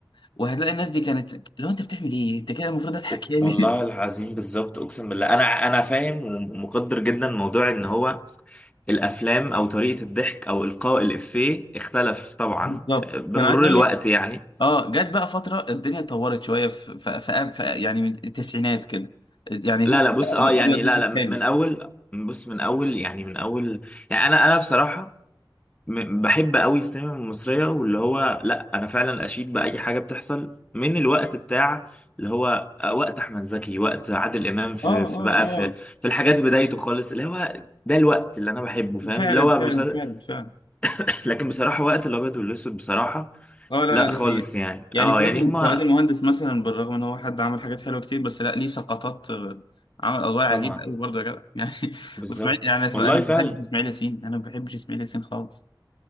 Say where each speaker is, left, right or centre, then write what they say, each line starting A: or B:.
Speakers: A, on the left; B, on the left.
A: وهتلاقي الناس دي كانت لو انت بتعمل ايه انت كده المفروض اضحك
B: أوك-
A: يعني
B: والله
A: <laughs>
B: العظيم بالظبط اقسم بالله انا انا فاهم ومقدر جدا موضوع ان هو الافلام او طريقه الضحك او القاء الافيه اختلف طبعا
A: بالظبط
B: آه، بمرور
A: فانا عايز اقول
B: الوقت
A: لك
B: يعني
A: اه جت بقى فترة الدنيا اتطورت شوية في, في, في, في يعني من التسعينات كده يعني
B: لا
A: ممكن
B: لا بص
A: أبيض
B: اه يعني
A: أبيض
B: لا
A: وأسود
B: لا
A: حالي
B: من اول بص من اول يعني من اول يعني انا انا بصراحه م- بحب قوي السينما المصرية واللي هو لا أنا فعلا أشيد بأي حاجة بتحصل من الوقت بتاع اللي هو آه، وقت أحمد زكي وقت عادل إمام في
A: اه اه
B: في بقى
A: اه
B: في في الحاجات بدايته خالص اللي هو ده الوقت اللي أنا بحبه فاهم
A: فعلا
B: اللي هو
A: فعلا
B: مسل...
A: فعلا فعلا
B: <coughs> لكن بصراحة وقت الأبيض والأسود بصراحة
A: اه لا
B: لا
A: لا دي
B: خالص
A: حقيقة
B: يعني
A: يعني
B: أه
A: فؤاد
B: يعني هما
A: فؤاد المهندس مثلا بالرغم ان هو حد عمل حاجات حلوة كتير بس لا ليه سقطات آه، عمل أدوار عجيبة
B: طبعا
A: قوي برضه يا جدع <laughs> يعني
B: بالظبط
A: واسماعيل يعني اسمع
B: والله
A: انا ما
B: فعلا
A: بحبش اسماعيل ياسين انا ما بحبش اسماعيل ياسين خالص